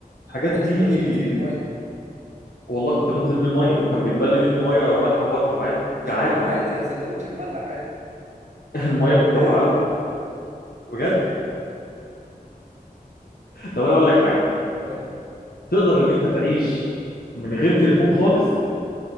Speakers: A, on the left; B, on the right.
A: الحاجات
B: تاخد
A: دي
B: السندوتش تنزل بالميه
A: والله كنت بنزل بيه الميه وكان بيتبل
B: اه
A: مني ميه مالحه وباكله عادي
B: مش
A: جعان
B: مهم
A: هموت
B: عادي سندوتش مملح عادي
A: <laughs> الميه بتجوع
B: <laughs>
A: قوي بجد طب انا اقول لك حاجه
B: قول لي
A: تقدر ان انت تعيش من غير تليفون خالص